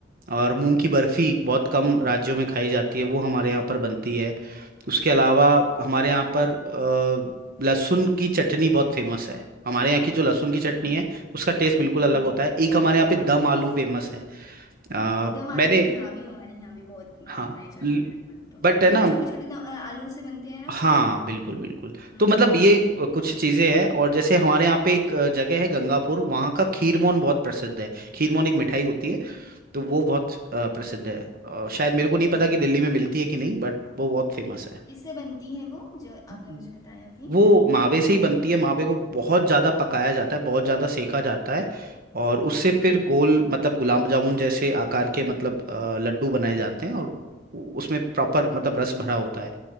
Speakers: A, on the right (about 45°); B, on the left (about 20°).
A: और मूंग की बर्फी बहुत कम राज्यों में खाई जाती है वो हमारे यहाँ पर बनती है उसके अलावा हमारे यहाँ पर अ, लहसुन की चटनी बहुत फेमस है हमारे यहाँ की जो लहसुन
B: अच्छा
A: की चटनी है उसका टेस्ट बिल्कुल
B: हाँ
A: अलग
B: हाँ
A: होता है एक हमारे यहाँ पे दम आलू फेमस है अ,
B: दम आलू
A: मैंने
B: तो यहाँ भी हमारे यहाँ भी बहुत बन-
A: हाँ
B: बनाए जाते हैं दम आलू तो
A: बट है ना
B: ये छोटे छोटे आलू से बनते हैं ना
A: हाँ
B: वो
A: बिल्कुल बिल्कुल
B: हम्म
A: तो मतलब
B: हम्म
A: ये
B: हम्म,
A: अ, कुछ चीजें हैं और जैसे हमारे यहाँ पे एक अ, जगह है गंगापुर वहाँ का खीरमोन बहुत प्रसिद्ध है खीरमोन एक मिठाई होती है तो वो बहुत अ, प्रसिद्ध है अ, शायद मेरे को नहीं
B: अच्छा
A: पता कि
B: अच्छा
A: दिल्ली में मिलती है कि नहीं बट वो बहुत फेमस है
B: किससे बनती है वो जो आपने
A: हम्म।
B: मुझे बताया अभी
A: वो मावे से ही बनती है मावे को बहुत ज्यादा पकाया जाता है बहुत ज्यादा सेका जाता है और उससे
B: हाँ हाँ
A: फिर गोल मतलब गुलाब जामुन जैसे आकार के मतलब अ, लड्डू बनाए जाते हैं और उ- उसमें प्रॉपर मतलब रस भरा होता है